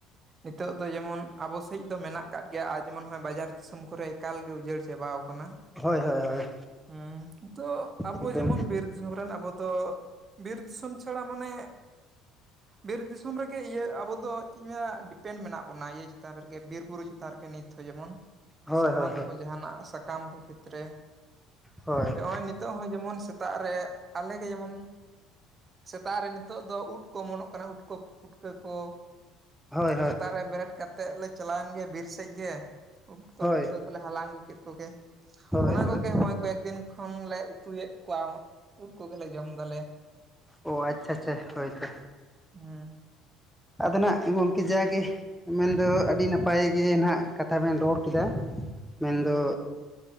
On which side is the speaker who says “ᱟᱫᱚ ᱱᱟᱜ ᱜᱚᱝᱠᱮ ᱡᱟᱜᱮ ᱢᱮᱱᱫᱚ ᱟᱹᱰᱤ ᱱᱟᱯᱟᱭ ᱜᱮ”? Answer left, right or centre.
Centre